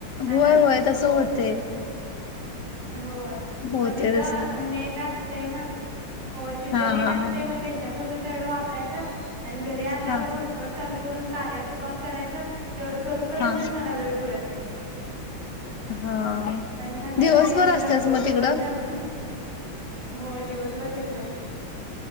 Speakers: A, on the left; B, on the right.
A: होय.
B: असं असतय.
A: होय. तस होतय.
B: होय.
A: होते
B: मग तिथं नेट असतय ना होय. तिथं
A: हा
B: नेट
A: हा
B: असते
A: हा
B: मग त्यांच्या तात्पुरत्या वापरायच. आणि घरी आल्या
A: हा
B: वर हॉटस्पॉट चालू, करून कार्याच कॉल करायच. तेवढं करूपर्यंतच
A: हा
B: मला वेळ पुरत नाही
A: हा
B: आणि संध्याकाळी
A: दिवसभर
B: आणि
A: असतेस
B: लवकर
A: मग
B: झोपायच
A: तिकडं
B: होय. दिवसभर तिकडच